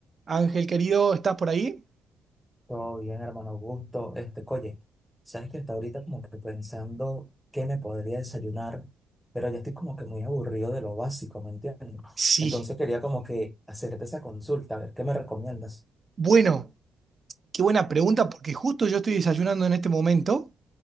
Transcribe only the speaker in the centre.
Todo bien, hermano Augusto. Este, oye, sabes que está ahorita como que pensando qué me podría desayunar, pero ya estoy como que muy aburrido de lo básico, ¿me entiendes?
Entonces quería como que hacerte esa consulta, a ver qué me recomiendas.